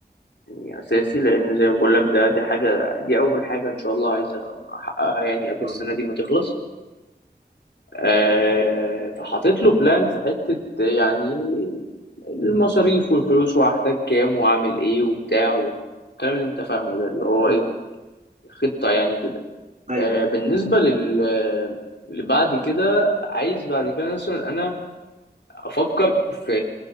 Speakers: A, on the left; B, on the right.
A: يعني اساسي لان زي ما بقول لك ده دي حاجه دي اول حاجه ان شاء الله عايز احققها يعني
B: إن
A: قبل السنه
B: شاء الله.
A: دي ما تخلص آه، فحطيت له بلان في حته يعني المصاريف والفلوس وهحتاج كام واعمل ايه وبتاع والكلام اللي انت فاهمه ده اللي هو
B: إمم.
A: ايه خطه يعني كده
B: أيوه،
A: آه، بالنسبة لل لبعد كده عايز بعد كده مثلا انا افكر في